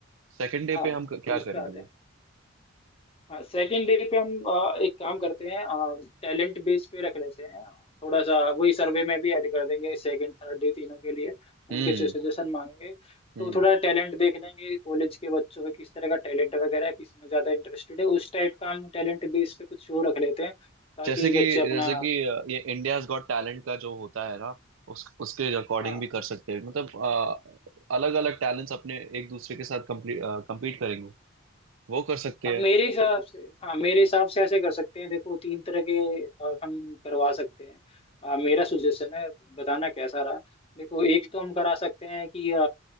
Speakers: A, on the right (about 70°); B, on the left (about 30°).
A: सेकंड डे
B: हाँ
A: पे हम क- क्या
B: तो उस
A: करेंगे
B: पे आते हैं सेकेंड डे पे हम अ, एक काम करते हैं टैलेंट बेस पे रख लेते हैं थोड़ा सा वही सर्वे में भी ऐड कर देंगे सेकंड थर्ड डे तीनों के लिए
A: हम्म
B: उनके से सजेशन मांगेंगे
A: हम्म
B: तो थोड़ा टैलेंट देख लेंगे कॉलेज के बच्चों में किस तरह का टैलेंट वगैरह है किस में ज्यादा इंटरेस्टेड है उस टाइप का हम टैलेंट बेस पे कुछ शो रख लेते हैं ताकि
A: जैसे कि
B: बच्चे अपना
A: जैसे कि ये इंडियाज गॉट टैलेंट का जो होता है ना उस उसके अकॉर्डिंग
B: हाँ,
A: भी कर सकते हैं मतलब अलग अलग टैलेंट्स अपने एक दूसरे के साथ कम्पीट करेंगे वो कर सकते
B: अब
A: हैं
B: मेरे हिसाब से हाँ मेरे हिसाब से ऐसे कर सकते हैं देखो तीन तरह के अ, हम करवा सकते हैं अ, मेरा सुजेशन है बताना कैसा रहा देखो एक तो हम करा सकते हैं कि अ,